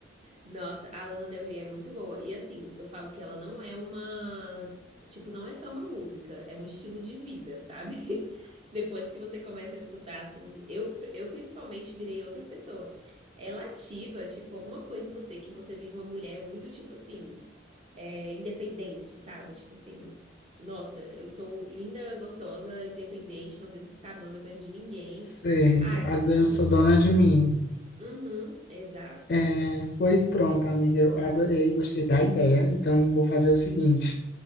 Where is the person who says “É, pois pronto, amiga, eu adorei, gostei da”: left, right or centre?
Left